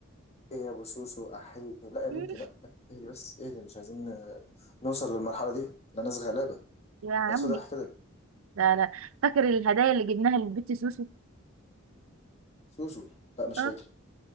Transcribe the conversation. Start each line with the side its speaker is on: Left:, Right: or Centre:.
Left: ايه يا ابو سوسو احي لا يا بنتي
Right: مم.
Left: لا لا اهدي بس اهدي مش عايزين آه، نوصل للمرحلة دي لا ناس غلابة
Right: يا عمي
Left: نتفضح كده
Right: لا لا فاكر الهدايا اللي جبناها للبت سوسو
Left: سوسو لا مش
Right: اه
Left: فاكر